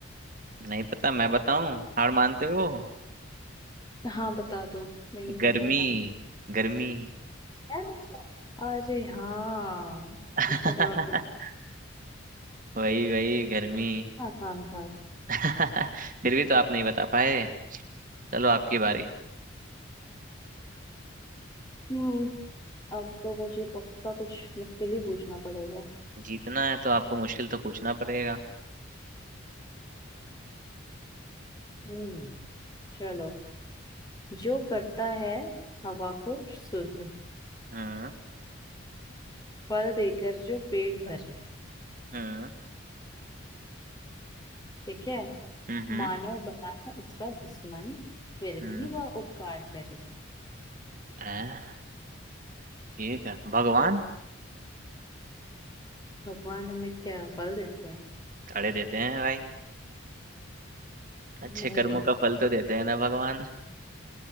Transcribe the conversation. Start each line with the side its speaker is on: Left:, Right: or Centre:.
Right: नहीं पता मैं बताऊं हार मानते हो
Left: हाँ बता दो नहीं
Right: गर्मी
Left: है पता मुझे
Right: गर्मी
Left: यार अरे हाँ
Right: <laughs>
Left: इसका जवाब तो
Right: वही वही गर्मी
Left: इतना आसान था
Right: <laughs> फिर भी तो आप नहीं बता पाए चलो आपकी बारी
Left: हम्म अब तो मुझे पक्का कुछ मुश्किल ही पूछना पड़ेगा
Right: जीतना है तो आपको मुश्किल तो पूछना पड़ेगा
Left: हम्म चलो जो करता है हवा को शुद्ध
Right: हम्म
Left: फल देकर जो पेट भरे
Right: हम्म
Left: ठीक है
Right: हम्म हम्म
Left: मानव बना है उसका दुश्मन फिर
Right: हम्म।
Left: भी वह उपकार करे
Right: आ, ये क्या भगवान
Left: भगवान हमें क्या फल देते हैं
Right: अड़े देते हैं भाई अच्छे
Left: नहीं
Right: कर्मों का फल तो देते हैं ना भगवान